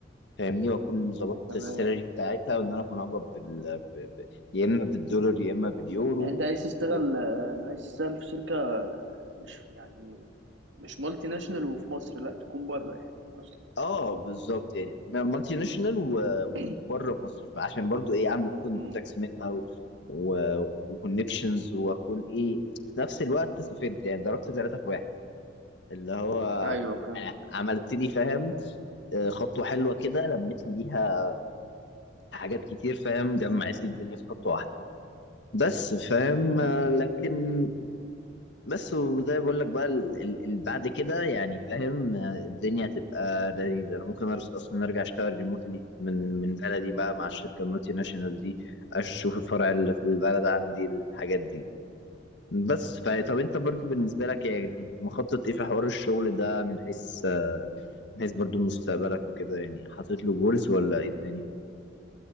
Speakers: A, on the left; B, on the right.
A: فاهمني واكون ظبطت
B: تمام
A: السالري بتاعتها وان انا اكون اقبض بال... ب... ب... يا اما بالدولار يا اما باليورو
B: يعني انت عايز تشتغل
A: و...
B: آه، عايز تشتغل في شركه مش يعني مش مالتي ناشونال وفي مصر لا تكون بره يعني اصلا
A: اه بالظبط يعني مالتي ناشونال و-
B: <clears throat>
A: وبره مصر فعشان برضو ايه اعمل كونتاكس
B: امم
A: منها و... و... وكونكشنز واكون ايه في نفس الوقت سافرت يعني ضربت ثلاثة في واحد اللي هو
B: ايوه فهمت
A: انا عملت لي فاهم آه، خطوة حلوة كده لميت لي بيها حاجات كتير فاهم جمعت لي الدنيا في خطوة واحدة بس فاهم
B: فهمت
A: آه، لكن بس وزي ما بقول لك بقى ال- ال- ال- بعد كده يعني فاهم آه، الدنيا هتبقى لذيذه انا ممكن أرس- اصلا ارجع اشتغل ريموتلي من من بلدي بقى مع الشركه المالتي ناشونال دي اشوف الفرع اللي في البلد عندي الحاجات دي بس ف- طب انت برضو بالنسبه لك يعني مخطط ايه في حوار الشغل ده من حيث آه، من حيث برضو مستقبلك وكده يعني حاطط له جولز ولا ايه الدنيا؟